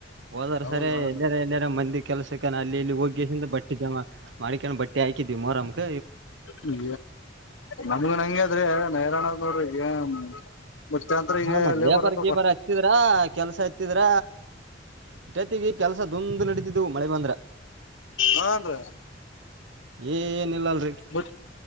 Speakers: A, on the right; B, on the left.
A: ಹೋದಾರ
B: ಹೌದ
A: ಸರಿ
B: ಹೌದು
A: ಎಲ್ಲ ಎಲ್ಲಾರ ಮಂದಿ ಕೆಲಸಕನ ಅಲ್ಲಿ ಇಲ್ಲಿ ಹೋಗಿಸಿಂದ ಬಟ್ಟೆ ಜಮಾ ಮಾಡ್ಿಕೊಂಡ್ ಬಟ್ಟೆ ಹಾಕಿದ್ವಿ ಮೋರಮ್ ಕ್
B: ನ್ ನಮಗ ನಂಗಗೆ ಅದ್ರಿ ನೈರಾಣ ನೋಡ್ರಿ ಏನ್ ಮುತ್ಯಂತ್ರ ಈಗ
A: ಹಾ ಮೊದ್ಲೇ
B: ಲೇಬರ್
A: ಹೊರ್ಗಿ
B: ರೊಕ್ಕ ಕೊಟ್
A: ಬರ ಹತ್ತಿದ್ರ ಕೆಲ್ಸ ಹತ್ತಿದ್ರ ಜತಿಗೆ ಕೆಲಸ ೊಂದು್ ನಡೀತಿದ್ದವು ಮಳೆ ಬಂದ್ರ
B: ಹಾನ್ೀ
A: ಏಏ ನಿಲ್ಲಲ್ಲ
B: ಮ